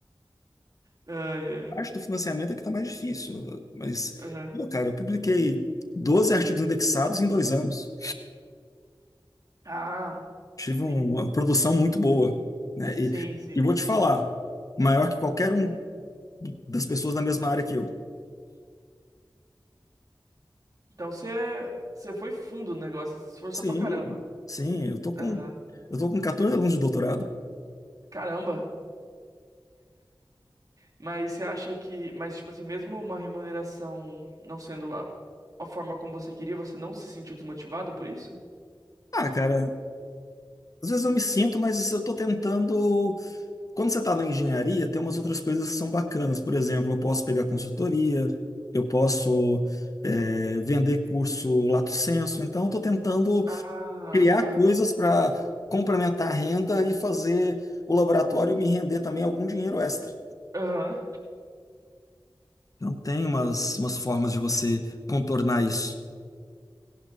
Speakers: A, on the right; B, on the left.
A: Ai, ai.
B: A parte do financiamento é que tá mais difícil. Mas,
A: Aham.
B: pô, cara, eu publiquei 12 artigos indexados em dois anos.
A: Ah,
B: Tive um,
A: entendi.
B: uma produção muito boa, né? E,
A: Sim, sim.
B: e vou te falar, maior que qualquer um das pessoas da mesma área que eu.
A: Então você, você foi fundo no negócio, você se esforçou
B: Sim,
A: pra caramba.
B: sim, eu tô com
A: Aham.
B: eu tô com 14 alunos de doutorado.
A: Caramba. Mas você acha que, mas tipo assim, mesmo uma remuneração não sendo a, a forma como você queria, você não se sentiu desmotivado por isso?
B: Ah, cara, às vezes eu me sinto, mas eu tô tentando. Quando você tá na engenharia, tem umas outras coisas que são bacanas. Por exemplo, eu posso pegar consultoria, eu posso é, vender curso lato sensu. Então, eu tô tentando
A: Ah,
B: criar
A: tá.
B: coisas para complementar a renda e fazer o laboratório me render também algum dinheiro extra.
A: Aham.
B: Então, tem umas, umas formas de você contornar isso.